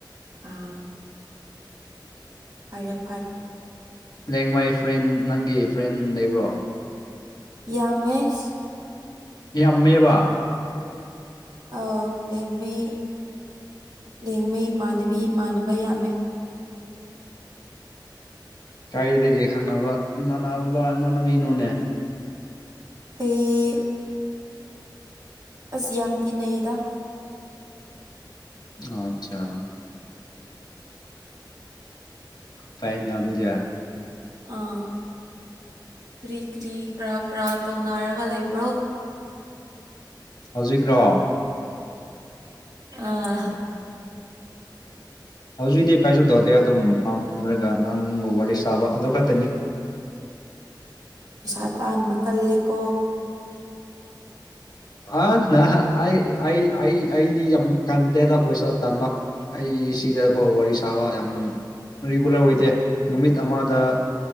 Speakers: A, on the right; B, on the left.
A: ꯑꯥ ꯐꯔꯦꯞ
B: ꯂꯩꯡ ꯃꯥꯏ ꯐ꯭ꯔꯦꯟ ꯅꯪꯒꯤ ꯐ꯭ꯔꯦꯟ ꯂꯩꯕ꯭ꯔꯣ
A: ꯌꯥꯃꯦꯁ
B: ꯌꯥꯝꯃꯦꯕ
A: ꯑ ꯂꯉꯩ ꯂꯦꯡꯉꯩ ꯏꯃꯥꯟꯅꯕꯤ ꯏꯃꯥꯟꯅꯕ ꯌꯥꯝꯃꯦ
B: ꯒꯥꯔꯤꯗꯒꯤ ꯈꯪꯅꯕ ꯏꯃꯥꯟꯅꯕ ꯏꯃꯥꯟꯅꯕꯤꯅꯣꯅꯦ
A: ꯑꯦ ꯑꯁ ꯌꯥꯝ ꯇꯤꯟꯅꯩꯌꯦꯗ
B: ꯑꯆꯥ ꯐꯥꯏꯅꯦ ꯑꯗꯨ ꯑꯗꯨꯗꯌꯥ
A: ꯑꯥ ꯀ꯭ꯔꯤ ꯀ꯭ꯔꯤ ꯀꯔ ꯀꯔꯥ ꯇꯧꯅꯔꯒ ꯂꯩꯕ꯭ꯔꯣ
B: ꯍꯧꯖꯤꯛ꯭ꯔꯣ
A: ꯑꯥ
B: ꯍꯧꯖꯤꯛꯇꯤ ꯀꯥꯏꯁꯨ ꯇꯧꯗꯦ ꯑꯗꯨꯝ ꯐꯝꯔꯒ ꯅꯪꯕꯨ ꯋꯥꯔꯤ ꯁꯥꯕ ꯑꯗꯨ ꯈꯛꯇꯅꯤ
A: ꯄꯩꯁꯥ ꯇꯥꯍꯟꯕ ꯀꯜꯂꯦꯀꯣ
B: ꯑ ꯅ ꯑꯩ ꯑꯩ ꯑꯩ ꯑꯩꯗꯤ ꯌꯥꯝ ꯀꯟꯗꯦꯗ ꯄꯩꯁꯥ ꯇꯟꯥꯟꯕ ꯑꯩ ꯁꯤꯗ ꯐꯥꯎ ꯋꯥꯔꯤ ꯁꯥꯕ ꯌꯥꯝ ꯔꯤꯒꯨꯂꯔ ꯑꯣꯏꯗꯦ ꯅꯨꯃꯤꯠ ꯑꯃꯗ